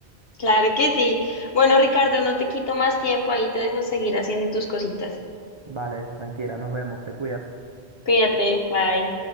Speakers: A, on the left; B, on the right.
A: Claro que sí. Bueno, Ricardo, no te quito más tiempo, ahí te dejo seguir haciendo tus cositas.
B: Vale, tranquila, nos vemos, te cuidas.
A: Cuídate, bye.